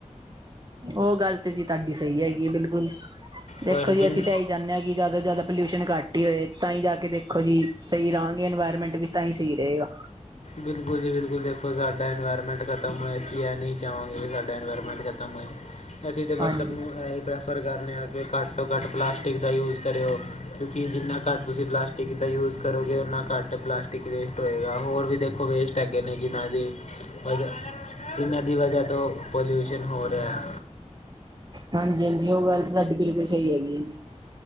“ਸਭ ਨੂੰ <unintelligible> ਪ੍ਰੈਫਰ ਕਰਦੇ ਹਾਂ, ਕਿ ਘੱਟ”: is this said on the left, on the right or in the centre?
Left